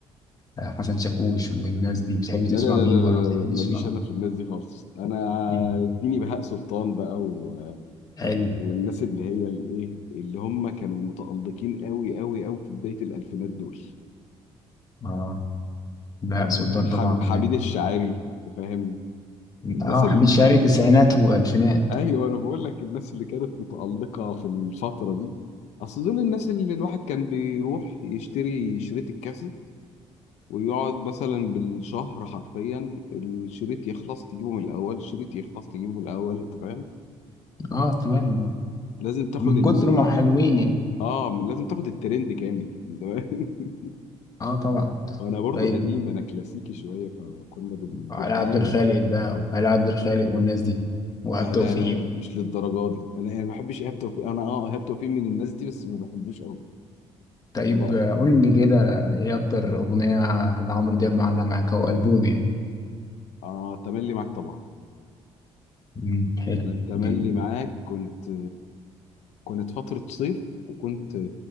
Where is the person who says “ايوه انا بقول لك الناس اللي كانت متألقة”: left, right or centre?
Left